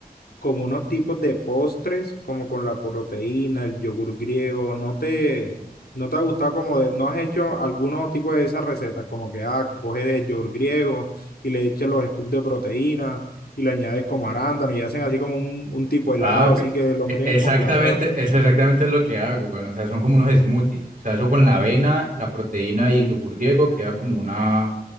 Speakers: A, on the left (about 80°); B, on the right (about 60°).
A: como unos tipos de postres, como con la proteína, el yogur griego, ¿no te, no te ha gustado como de, no has hecho alguno tipo de esas recetas, como que, ah, coges el yogur griego y le echas los scoops de proteína y le añades como arándano y hacen así como un, un tipo de
B: Papi,
A: helado, así que lo
B: e-
A: meten
B: exactamente,
A: en el congelador.
B: eso exactamente es lo que hago, bueno, o sea, son como unos smoothies, o sea, eso con la avena, la proteína y el yogur griego queda como una,